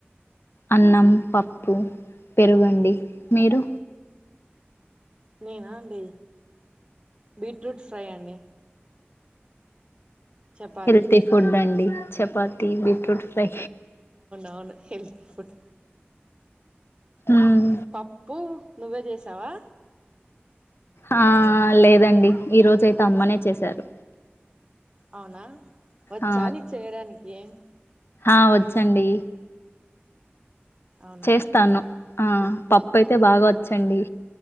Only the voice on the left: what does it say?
అన్నం పప్పు పెరుగండి మీరు
హెల్తీ ఫుడ్ అండి చపాతి బీట్రూట్ ఫ్రై
ఉమ్
ఆ లేదండి ఈ రోజయితే అమ్మనే చేశారు
ఆ
ఆ వచ్చండి
చేస్తాను ఆ పప్పు అయితే బాగా వచ్చండి